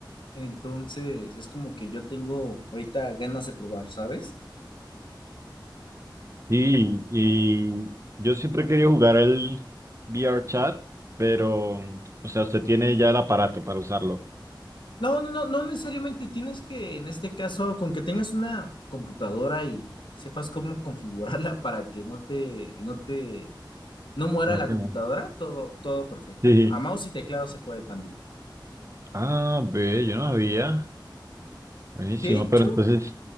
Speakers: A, on the left; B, on the right.
A: Entonces es como que yo tengo ahorita ganas de probar, ¿sabes?
B: Sí, y yo siempre he querido jugar el V R Chat, pero, o sea, usted tiene ya el aparato para usarlo.
A: No, no, no, no necesariamente tienes que, en este caso, con que tengas una computadora y sepas cómo <laughs> configurarla para que no te, no te, no muera
B: ¿Cómo
A: la
B: que
A: computadora,
B: no?
A: todo, todo perfecto.
B: Sí.
A: A mouse y teclado se puede también.
B: Ah, ve, yo no sabía. Buenísimo,
A: De hecho,
B: pero entonces,